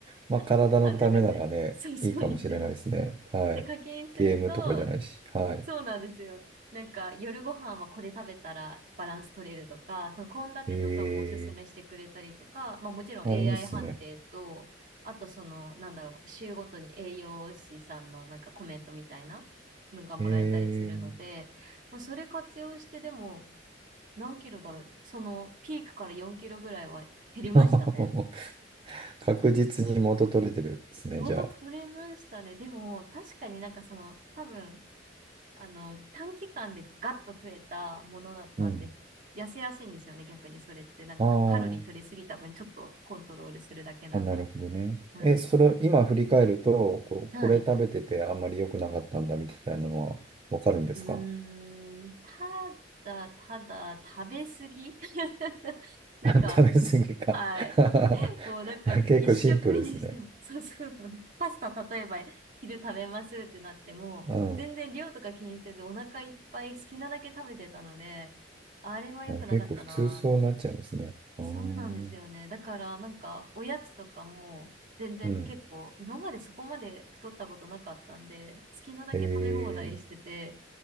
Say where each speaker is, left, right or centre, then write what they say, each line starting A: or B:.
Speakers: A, on the right; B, on the right.
A: まあ、体のためならね、
B: <laughs> 初めて。そうそうなんです。
A: いいかもしれないですね。はい。
B: で、課金すると、
A: ゲームとかじゃないし。はい。
B: そうなんですよ。なんか、夜ご飯はこれ食べたらバランス取れるとか、その献立とかもおすすめしてくれたりとか、
A: へえ。
B: まあもちろん
A: あ、
B: AI
A: いいっすね。
B: 判定と、あとその、なんだろう、週ごとに栄養士さんのなんかコメントみたいなのがもらえたりするので、
A: へえ。
B: まあ、それ活用してでも何キロだろう、そのピークから4キロぐらいは減りましたね。
A: <laughs> 確実に元取れてるですね、
B: 元取れましたね。
A: じゃあ。
B: でも、確かになんかその、多分、あの、短期間でガッと増えたものだったんで、
A: うん。
B: 痩せやすいんですよね、逆にそれって。なんか、
A: あ
B: カロリー取りすぎた分、ちょっとコントロールするだけなんで。
A: あ。あ、なるほどね。
B: はい。
A: え、それ、今振り返ると、こう、
B: はい。
A: これ食べててあんまり良くなかったんだみたいなのはわかるんですか
B: うーん、ただ、ただ、食べ過ぎ <laughs>
A: <laughs>
B: なんか、
A: 食べ過ぎか
B: はい。
A: <laughs>
B: もうなんか、
A: 結構シンプルですね。
B: 一食にしても、<laughs> そうそうなの。パスタ、例えば、昼食べますってなっても、
A: うん。
B: 全然量とか気にせず、
A: あ
B: お腹いっぱい好きなだけ食べてたので、あれは良くなかったなーって。
A: あ、結構普通そうなっちゃいますね。ああ、
B: そうなんですよね。
A: う
B: だからなんかおやつとかも全然結構今までそこまで太ったことなかったんで好きなだけ食べ放題してて
A: ん。ええ、